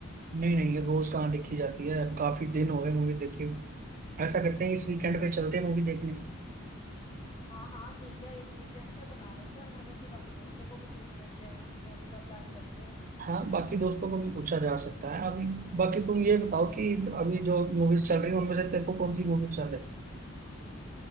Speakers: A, on the right; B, on the left.
A: नहीं नहीं ये रोज कहाँ देखी जाती है अब काफी दिन हो गए मूवी देखे ऐसा करते हैं इस वीकेंड पे
B: अच्छा
A: चलते हैं मूवी देखने
B: हाँ हाँ ठीक है इस वीकेंड पे बना लेते हैं और मैं कहती बाकी दोस्तों को भी पूछ लेते हैं मूवी का प्लान करते हैं
A: हाँ बाकी दोस्तों को भी पूछा जा सकता है अभी बाकी तुम ये बताओ कि अभी जो मूवीज चल रही है उनमें से तेरे को कौन सी मूवी पसंद है